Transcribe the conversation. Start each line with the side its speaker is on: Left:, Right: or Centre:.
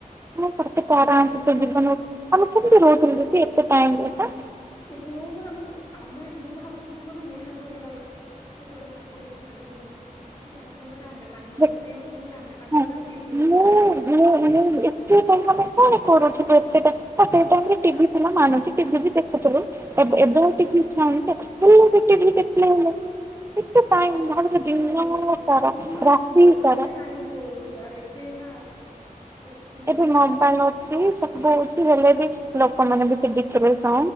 Right: ମୁଁ ତତେତ ଆରାମଛି
Left: ଏବେ
Right: ସେ
Left: ସିନା
Right: ଜୀବନ ଆମେ କେମିତି ରହୁଥିଲୁ ଦଦି ଏତେ ଟାଇମରେ ତ।
Left: ଏ ହଁ ପରା ମୁଁ ଆମେ ମୁଁ ଭାବୁଛେ ମୁଁ କଣ କହନି ମୁଁ ନେହା ଘରେ କା ତାଙ୍କ ଘରେ ପଡିକିନା ରହୁଥିଲୁ ଆମେ ସଏ ହବରେ ଆମେ ତାଙ୍କ
Right: ଯେ
Left: ଘରେ ସିଏ ହବର <inaudible> ଆମେ ତାଙ୍କ
Right: ମୁଁ
Left: ଘରେ ଆଉ ଟିଭି ଦେଖୁଥିଲୁ।
Right: ମୁଁ ଏ ଟ <inaudible> କଣ କରୁଥିଲୁ ଏତେଟା ସେଇଟାମ ରେ ଟିଭି ଥିଲା ମାନୁଛି ଟିଭି ବି ଦେଖୁଥିଲୁ। ଏତିକେ ଛା ହଉଲେ କେତେ <inaudible>
Left: ଓହୋ
Right: ସାରା
Left: ଆଗରୁ ପୁଣି
Right: ରାତି
Left: ମଜା
Right: ସାରା
Left: ସେ ଟାଇମ ପଳଉଥିଲା ଏବେକା ବେଶୀ
Right: ଏବେ ମ ପାଇଁ ଅଛି ସବୁ ଅଛି ହେଲେ ବି ଲୋକମାନେ ବି ସେ ଦେଖ ସ